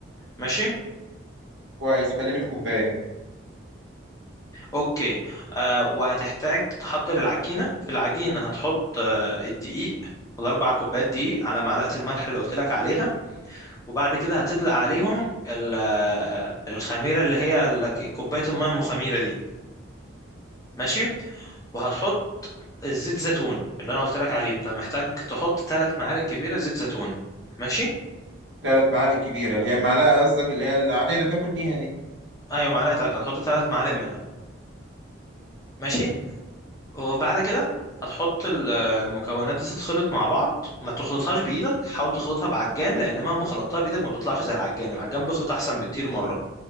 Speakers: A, on the left; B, on the right.
A: ماشي
B: كويس خليني في كوباية
A: اوكي آه وهتحتاج تحضر العجينه في العجينه هتحط آه الدقيق الاربع كوبايات دقيق على معلقه الملح اللي قلت لك عليها وبعد كده هتدلق عليهم ال- آه، الخميره اللي هي ال- كوبايه الميه المخميره دي ماشي وهتحط الزيت زيتون اللي انا قلت لك عليه انت محتاج تحط ثلاث معالق كبيره زيت زيتون ماشي
B: ثلاث معالق كبيرة اللي هي معلقة قصدك اللي هي العادية اللي بناكل بيها دي
A: ايوه معلقه اكل هتحط ثلاث معالق منها ماشي وبعد كده هتحط ال- المكونات دي تتخلط مع بعض ما تخلطهاش بايدك حاول تخلطها بعجان لان مهما خلطتها بايدك ما بتطلعش زي العجان العجان بيخلط احسن بكتير مره